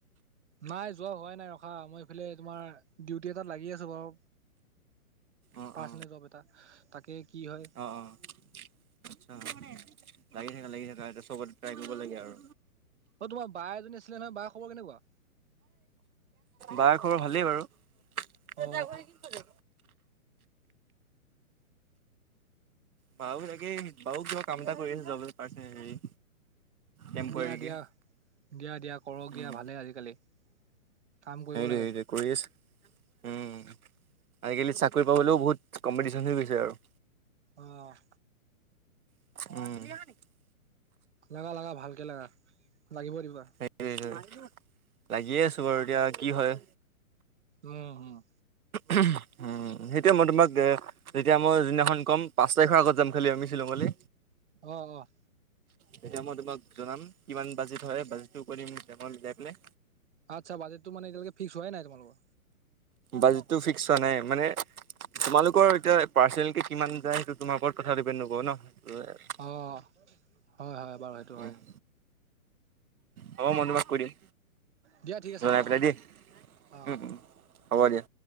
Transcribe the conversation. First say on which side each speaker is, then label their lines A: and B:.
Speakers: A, on the right; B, on the right.
A: নাই যোৱা হোৱাই নাই ৰখা, মই এইফালে তোমাৰ, ডিউটি এটাত লাগি আছোঁ বাৰু।
B: অ
A: পাৰ্চনেল
B: অ
A: জব এটা, তাকে কি হয়
B: অ'। অ <unintelligible> লাগি থাকা, লাগি থাকা এতিয়া চবতে ট্ৰাই কৰিব লাগে আৰু।
A: অ' তোমাৰ বা এজনী আছিলে নহয়, বাৰ খবৰ কেনেকুৱা?
B: বাৰ খবৰ ভালেই বাৰু।
A: অ
B: বাও একে, বাও কিবা কাম এটা কৰি আছে জব হে পাৰ্চনেল হেৰি টেম্পৰাৰীকে
A: দিয়া, দিয়া, দিয়া, দিয়া কৰক
B: উম
A: দিয়া ভালেই আজিকালি। কাম কৰিব
B: সেইটোৱে,
A: লাগে।
B: সেইটোৱে। কৰি আছে। উম', আজিকালি চাকৰি পাবলৈও বহুত, কম্পিটিশনহে হৈছে আৰু।
A: অ'।
B: উম'।
A: লাগা লাগা ভালকে লাগা, লাগিব দিবা।
B: এইটোৱে, লাগিয়ে আছোঁ বাৰু এতিয়া কি হয়?
A: অ', অ'।
B: উহ উম' উম', সেইটোয়ে মই তোমাক এ, যেতিয়া মই যোনদিনাখন ক'ম পাঁচ তাৰিখৰ আগত যাম খালি আমি শ্বিলঙলে।
A: অ', অ'।
B: তেতিয়া মই তোমাক জনাম কিমান বাজেট হয়, বাজেটটো কৈ দিম হিচাপ ওলাই পেলাই।
A: আচ্ছ, বাজেটটো মানে এতিয়ালৈকে ফিক্স হোৱাই নাই তোমালোকৰ?
B: বাজেটটো ফিক্স হোৱা নাই মানে তোমালোকৰ এতিয়া পাৰ্চনেল কিমান যায়, সেইটো তোমাৰ ওপৰত কথা দিপেণ্ড নকৰোঁ ন উম এ
A: অ', হয়' হয়' বাৰু
B: উম',
A: হয়
B: হ'ব মই তোমাক কৈ দিম।
A: দিয়া ঠিক আছে
B: লগাই
A: দিয়া
B: পেলাই
A: অ
B: দি,
A: অ।
B: উম উম হ'ব দিয়া।